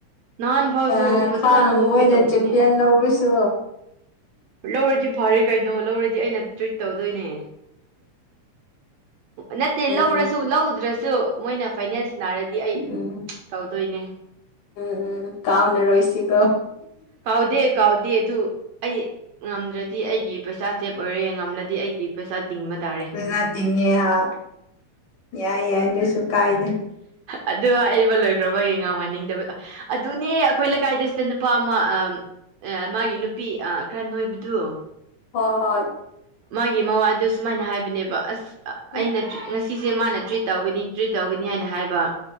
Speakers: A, on the right (about 70°); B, on the left (about 80°).
A: ꯅꯍꯥꯟ ꯐꯥꯎꯁꯨ
B: ꯀꯅꯥꯅ
A: ꯐꯖꯅ
B: ꯈꯥꯡ
A: ꯄꯣꯛꯒꯦ
B: ꯃꯣꯏꯅ
A: ꯇꯧꯕꯅꯦꯍꯦ
B: ꯆꯦꯝꯄꯤꯌꯟ ꯂꯧꯕꯁꯨ
A: ꯂꯧꯔꯗꯤ ꯐꯔꯦ ꯀꯩꯅꯣ ꯂꯧꯔꯗꯤ ꯑꯩꯅ ꯇ꯭ꯔꯤꯠ ꯇꯧꯗꯣꯏꯅꯦ ꯅꯠꯇꯦ
B: ꯑꯩꯅ
A: ꯂꯧꯔꯁꯨ ꯂꯧꯗ꯭ꯔꯁꯨ ꯃꯣꯏꯅ ꯐꯥꯏꯅꯦꯜ ꯁꯅꯥꯔꯗꯤ ꯑꯩ
B: ꯎꯝ
A: ꯇꯧꯗꯣꯏꯅꯦ
B: ꯎꯝ ꯎꯝ ꯀꯥꯎꯅꯔꯣꯏꯁꯤꯒꯣ
A: ꯀꯥꯎꯗꯦ ꯀꯥꯎꯗꯦ ꯗꯨ ꯑꯩꯌꯦ ꯉꯝꯗ꯭ꯔꯗꯤ ꯑꯩꯒꯤ ꯄꯩꯁꯥ ꯁꯦꯞ ꯑꯣꯏꯔꯦ ꯉꯝꯂꯗꯤ ꯑꯩꯒꯤ ꯄꯩꯁꯥ ꯇꯤꯡꯕ ꯇꯥꯔꯦ
B: ꯑꯗꯨꯅ ꯇꯤꯡꯉꯦ ꯍꯥ ꯌꯥꯏ ꯌꯥꯏ ꯑꯗꯨꯏꯁꯨ ꯀꯥꯏꯗꯦ
A: ꯑꯗꯨꯒ ꯍꯥꯏꯕ ꯂꯣꯏꯈ꯭ꯔꯕ ꯌꯦ ꯉꯝꯍꯟꯅꯤꯡꯗꯕ ꯑꯗꯨꯅꯦ ꯑꯩꯈꯣꯏ ꯂꯩꯀꯥꯏꯗꯁꯨ ꯅꯨꯄꯥ ꯑꯃ ꯑꯦ ꯃꯥꯒꯤ ꯅꯨꯄꯤ ꯑꯥ ꯈꯔ ꯅꯣꯏꯕꯗꯨ
B: ꯍꯣ ꯍꯣꯏ
A: ꯃꯥꯒꯤ ꯃꯋꯥ ꯑꯗꯨ ꯁꯨꯃꯥꯏꯅ ꯍꯥꯏꯕꯅꯦꯕ ꯑꯁ ꯑꯩꯅ
B: ꯎꯝ
A: ꯆꯨꯛ ꯅ ꯁꯤꯁꯦ ꯃꯥꯅ ꯇ꯭ꯔꯤꯠ ꯇꯧꯒꯅꯤ ꯇ꯭ꯔꯤꯠ ꯇꯧꯒꯅꯤ ꯍꯥꯏꯅ ꯍꯥꯏꯕ